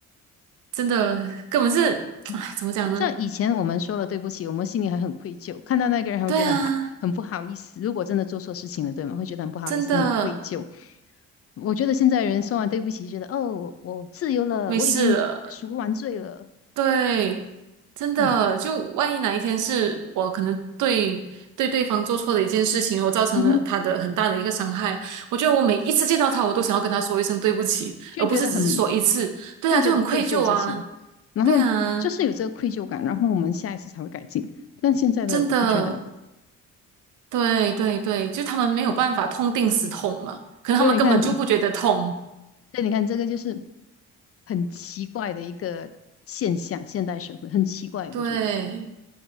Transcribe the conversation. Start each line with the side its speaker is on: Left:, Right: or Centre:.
Right: 真的根本是，<tsk>
Left: 嗯
Right: 哎，怎么讲呢？
Left: 像以前我们说了对不起，我们心里还很愧疚，看到那个人还会觉得很排，
Right: 对啊，
Left: 很不好意思。如果真的做错事情了，对吗？会觉得很不好意思，
Right: 真的
Left: 很愧疚。我觉得现在人说完对不起，觉得哦，我自由了，
Right: 没事了。
Left: 我已经赎完罪了，
Right: 对，真的，
Left: 嗯
Right: 就万一哪一天是我可能对对对方做错的一件事情，我造成了他的很大的一个伤害，
Left: 嗯哼，
Right: 我觉得我每一次见到他，我都想要跟他说一声对不起，
Left: 就觉得很
Right: 而不是只是说一次。对啊，
Left: 会觉得愧疚这些，
Right: 就很愧疚啊，
Left: 然后就是有这个愧疚感，
Right: 对啊，
Left: 然后我们下一次才会改进。但现在的我不觉得，
Right: 真的，对对对，就他们没有办法痛定思痛嘛，可能他们根本就不觉得痛，
Left: 所以你看，所以你看，这个就是很奇怪的一个现象，现代社会很奇怪，
Right: 对，
Left: 我觉得